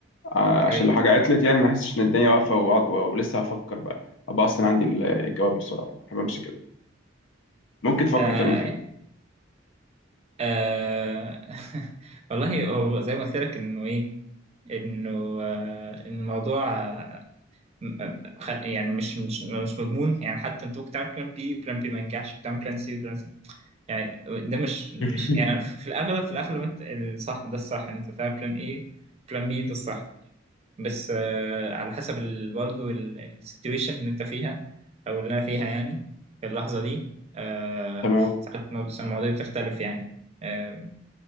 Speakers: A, on the left; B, on the right.
A: ع-
B: ايوه
A: عشان لو حاجة عطلت يعني ما احسش ان الدنيا واقفة وأقعد- و- ولسه هفكر بقى ابقى اصلا عندي ال- الجواب بسرعة يعني بحب امشي كده ممكن تفكر
B: آه
A: تعمل كده
B: آه <laughs> والله هو زي ما قلت لك انه ايه انه آه، إن الموضوع آه، م- آه، خ- يعني مش مش مش مضمون يعني حتى انت ممكن تعمل بلان بي بلان بي ما ينجحش بتعمل بلان سي بلان سي يعني ده مش مش
A: <laughs>
B: يعني في الاغلب في الاغلب انت الصح ده الصح ان انت تعمل بلان اي بلان بي ده الصح بس آه، على حسب ال- برضه السيتويشن اللي انت فيها او اللي انا فيها يعني في اللحظه دي آه،
A: تمام
B: ساعات المو- المواضيع بتختلف يعني آه،